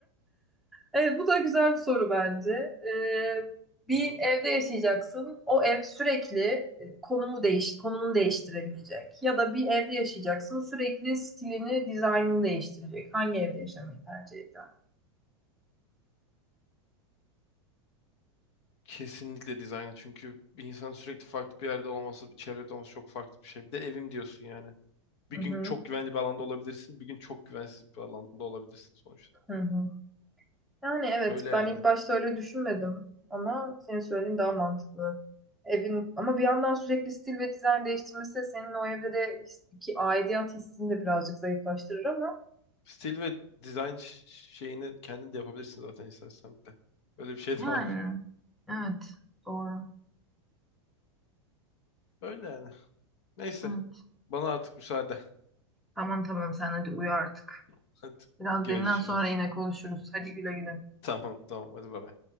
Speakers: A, in the centre; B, on the left (about 65°).
A: Evet bu da güzel bir soru bence. Ee, bir
B: Hı hı.
A: evde yaşayacaksın. O ev sürekli e, konumu değiş konumunu değiştirebilecek. Ya da bir evde yaşayacaksın. Sürekli stilini, dizaynını değiştirecek. Hangi evde yaşamayı tercih eder?
B: Kesinlikle dizaynı. Çünkü bir insan sürekli farklı bir yerde olması, bir çevrede olması çok farklı bir şey. Bir de evim diyorsun yani. Bir
A: Hı hı.
B: gün çok güvenli bir alanda olabilirsin, bir gün çok güvensiz bir alanda olabilirsin sonuçta.
A: Hı hı. Yani evet
B: Öyle yani.
A: ben ilk başta öyle düşünmedim ama senin söylediğin daha mantıklı. Evin ama bir yandan sürekli stil ve dizayn değiştirmesi de senin o evde de his- ki aidiyet hissini de birazcık zayıflaştırır ama
B: Stil ve dizayn ş- şeyini kendin de yapabilirsin zaten istersen bir de. Öyle bir şey de
A: Yani
B: var.
A: evet doğru.
B: Öyle yani. Neyse.
A: Evet.
B: Bana artık müsaade.
A: Tamam tamam sen hadi uyu artık.
B: <laughs> Hadi
A: Biraz
B: görüşürüz.
A: dinlen sonra yine konuşuruz. Hadi güle güle.
B: Tamam tamam hadi bay bay.